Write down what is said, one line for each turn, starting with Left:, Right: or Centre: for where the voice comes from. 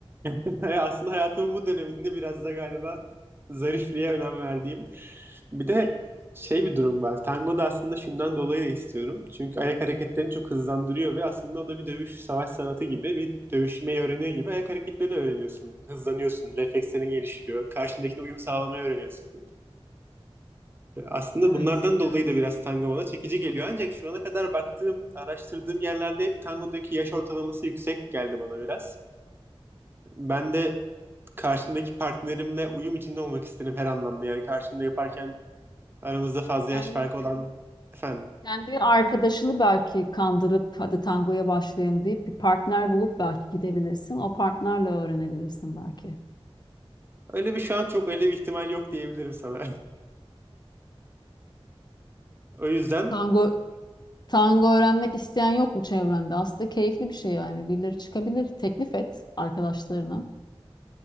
Right: <laughs> Aslında hayatımın bu döneminde biraz da galiba zarifliğe önem verdiğim. Bir de şey bir durum var. Tango da aslında şundan dolayı da istiyorum. Çünkü ayak hareketlerini çok hızlandırıyor ve aslında o da bir dövüş savaş sanatı gibi bir dövüşmeyi öğrenir gibi ayak hareketlerini öğreniyorsun. Hızlanıyorsun, reflekslerin gelişiyor, karşındakine uyum sağlamayı öğreniyorsun. Aslında
Left: Evet.
Right: bunlardan dolayı da biraz tango bana çekici geliyor. Ancak şu ana kadar baktığım, araştırdığım yerlerde hep tangodaki yaş ortalaması yüksek geldi bana biraz. Ben de karşımdaki partnerimle uyum içinde olmak isterim her anlamda. Yani karşımda yaparken aramızda fazla
Left: Yani
Right: yaş farkı olan efendim.
Left: kendi arkadaşını belki kandırıp hadi tangoya başlayayım deyip bir partner bulup belki gidebilirsin. O partnerle öğrenebilirsin belki.
Right: Öyle bir şu an çok öyle bir ihtimal yok diyebilirim sana. <laughs> o yüzden
Left: Tango Tango öğrenmek isteyen yok mu çevrende? Aslında keyifli bir şey yani. Birileri çıkabilir. Teklif et arkadaşlarına.